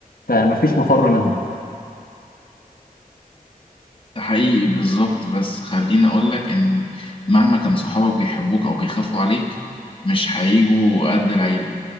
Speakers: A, on the left (about 75°); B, on the left (about 35°).
A: فمفيش مفر منها
B: ده حقيقي بالظبط بس خليني أقولك إن مهما كان صحابك بيحبوك أو بيخافوا عليك مش هيجوا قد العيلة